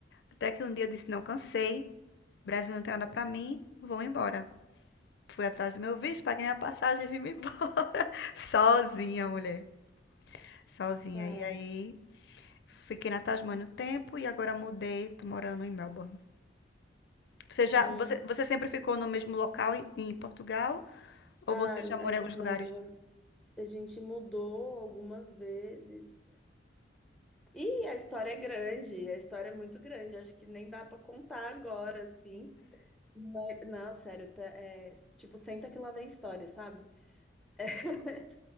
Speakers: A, on the left; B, in the centre.
A: até que um dia eu disse, não, cansei, Brasil não tem nada pra mim, vou embora. Fui atrás do meu visto, paguei minha passagem e vim me embora, <laughs> sozinha, mulher, sozinha.
B: Cara,
A: E aí... Fiquei na Tasmânia um tempo e agora mudei, tô morando em Melbourne. Você já,
B: e
A: você, você sempre ficou no mesmo local em, em Portugal ou
B: ah,
A: você
B: n-
A: já morou em alguns
B: não,
A: lugares?
B: a gente mudou algumas vezes. E a história é grande, a história é muito grande, acho que nem dá para contar agora, assim. Mas- não, sério, tá- é, tipo, senta que lá vem história, sabe? <laughs>